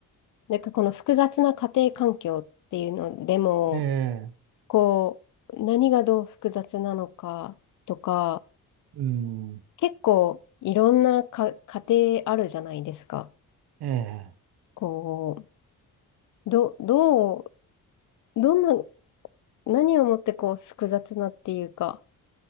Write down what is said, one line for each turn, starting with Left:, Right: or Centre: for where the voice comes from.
Left: なんかこの複雑な家庭環境っていうのでも、
Right: ええ、
Left: こう、何がどう複雑なのかとか、
Right: うん、
Left: 結構いろんなか家庭あるじゃないですか。
Right: ええ、
Left: こう、ど、どう、どんな何をもってこう複雑なっていうか、